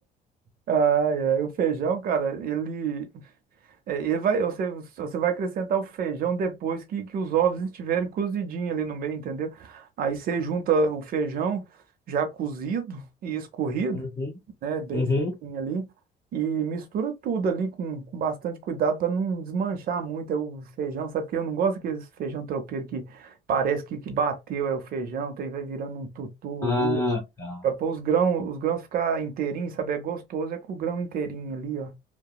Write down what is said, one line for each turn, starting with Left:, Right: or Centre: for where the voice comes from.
Right: Ah, é. O feijão, cara, ele, É, e vai, você, você vai acrescentar o feijão depois que, que os ovos estiverem cozidinhos ali no meio, entendeu? Aí você junta o feijão já cozido e escorrido,
Left: Uhum,
Right: né? Bem
Left: uhum.
Right: sequinho ali, e mistura tudo ali com, com bastante cuidado para não desmanchar muito é o feijão, sabe? Porque eu não gosto daqueles feijão tropeiro que parece que, que bateu é o feijão, tem, vai virando um tutu
Left: Ah,
Right: ali,
Left: tá.
Right: para pôr os grãos, os grãos ficar inteirinhos, sabe? É gostoso, é com o grão inteirinho ali, ó,